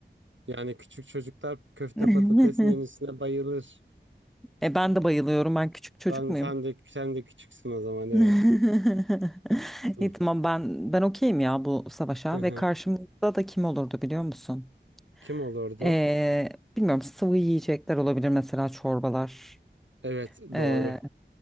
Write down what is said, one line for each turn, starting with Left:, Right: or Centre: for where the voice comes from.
Right: Yani küçük çocuklar köfte
Centre: <laughs>
Right: patates menüsüne bayılır.
Centre: E ben de bayılıyorum. Ben küçük çocuk
Right: Ben
Centre: muyum?
Right: sen de sen de küçüksün o zaman evet.
Centre: <laughs>
Right: <laughs>
Centre: İyi tamam ben ben okeyim ya bu savaşa
Right: Hı hı.
Centre: ve karşımızda da kim olurdu biliyor musun?
Right: Kim olurdu?
Centre: Ee, bilmiyorum sıvı yiyecekler olabilir mesela çorbalar.
Right: Evet,
Centre: Ee,
Right: doğru.